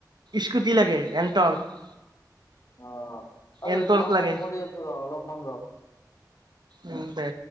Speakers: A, on the right (about 80°); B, on the left (about 50°).
A: স্কুটি লাগে এনটৰ্ক।
B: অ, আৰু
A: এনটৰ্ক
B: মই
A: লাগে
B: ফোন কৰি আছোঁ ৰ অলপমান ৰ।
A: উম দে।